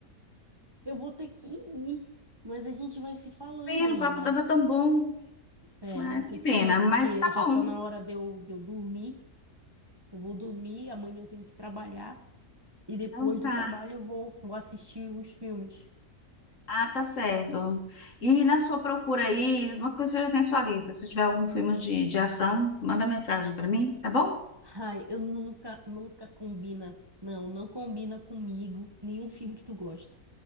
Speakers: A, on the right; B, on the left.
A: Eu vou ter que ir, mas a gente vai se falando
B: Pena,
A: aí,
B: o papo
A: né?
B: tava tão bom.
A: É,
B: Ah,
A: eu vou ter
B: que
A: que
B: pena,
A: ir porque
B: mas tá
A: já
B: bom.
A: tá na hora de eu, de eu dormir. Eu vou dormir, amanhã eu tenho que trabalhar e depois
B: Então
A: do
B: tá.
A: trabalho eu vou, vou assistir os filmes.
B: Ah, tá certo. E na sua procura aí, uma coisa que você já tem sua lista. Se tiver algum filme de, de ação, manda mensagem para mim, tá bom?
A: Ai, eu nunca, nunca combina. Não, não combina comigo nenhum filme que tu gosta.